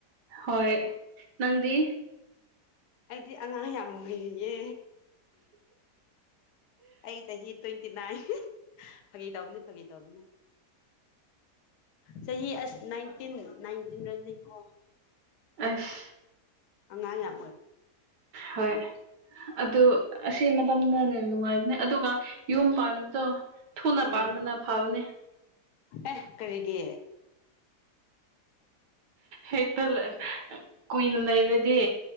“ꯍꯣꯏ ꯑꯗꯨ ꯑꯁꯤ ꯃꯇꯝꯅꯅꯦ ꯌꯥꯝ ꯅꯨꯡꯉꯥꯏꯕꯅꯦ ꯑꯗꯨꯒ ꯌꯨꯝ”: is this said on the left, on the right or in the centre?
Right